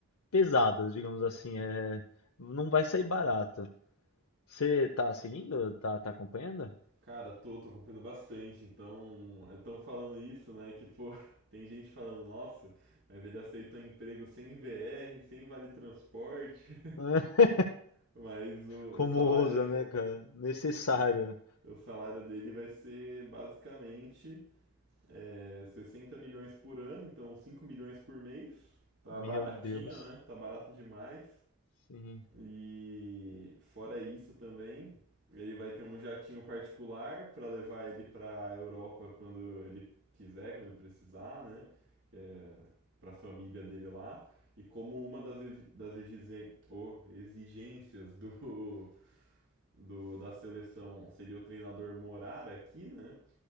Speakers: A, on the left; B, on the right.
A: pesadas, digamos assim, é, não vai sair barato. Você tá seguindo? Tá, tá acompanhando?
B: Cara, tô, tô acompanhando bastante, então estão falando isso, né? Que pô, <laughs> tem gente falando, nossa, mas ele aceitou emprego sem VR, sem vale transporte.
A: <laughs>
B: Mas o,
A: Como
B: o salário
A: ousa, né, cara? Necessário.
B: <laughs> o salário dele vai ser basicamente é, 60 milhões por ano, então 5 milhões por mês. Tá
A: Meu
B: baratinho,
A: Deus.
B: né? Tá barato demais.
A: Sim.
B: E fora isso também, ele vai ter um jatinho particular para levar ele para Europa quando ele quiser, quando ele precisar, né? Que é para a família dele lá. E como uma das, exi- das exigen- ô, exigências do do, da seleção seria o treinador morar aqui, né?